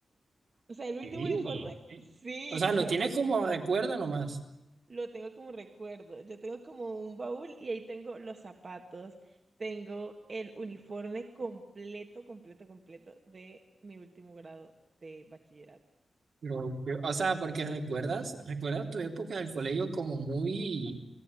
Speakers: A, on the right; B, on the right.
A: O sea, el último
B: sí,
A: uniforme,
B: eh.
A: sí,
B: O sea, lo
A: <laughs> lo
B: tienes
A: tengo,
B: como recuerda nomás,
A: lo tengo como recuerdo. Yo tengo como un baúl y ahí tengo los zapatos. Tengo el uniforme completo, completo, completo de mi último grado de bachillerato.
B: pero, pero, o sea, porque recuerdas, recuerdas tu época del colegio como muy,